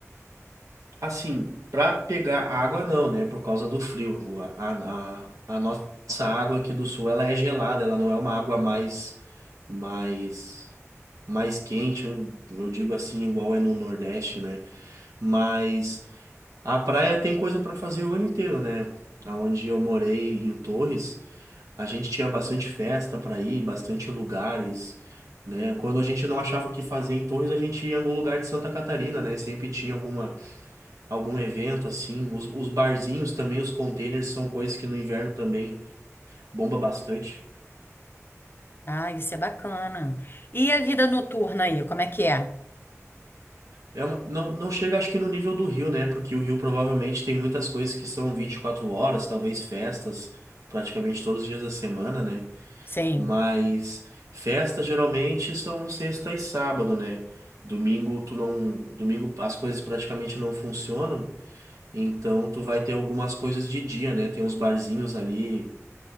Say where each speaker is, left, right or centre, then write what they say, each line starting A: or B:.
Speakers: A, on the right; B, on the left.
A: Assim, para pegar água não, né? Por causa do frio. A, a, a nossa água aqui do sul, ela é gelada, ela não é uma água mais mais mais quente, eu, eu digo assim, igual é no Nordeste, né? Mas a praia tem coisa para fazer o ano inteiro, né? Aonde eu morei em Torres, a gente tinha bastante festa para ir, bastante lugares, né? Quando a gente não achava o que fazer em Torres, a gente ia em algum lugar de Santa Catarina, né? Sempre tinha alguma algum evento assim. Os, os barzinhos também, os containers são coisas que no inverno também bomba bastante.
B: Ah, isso é bacana. E a vida noturna aí, como é que é?
A: É uma- não, não chega, acho que no nível do Rio, né? Porque o Rio provavelmente tem muitas coisas que são 24 horas, talvez festas, praticamente todos os dias da semana, né?
B: Sim.
A: Mas festas geralmente são sexta e sábado, né? Domingo tu não, domingo as coisas praticamente não funcionam, então tu vai ter algumas coisas de dia, né? Tem uns barzinhos ali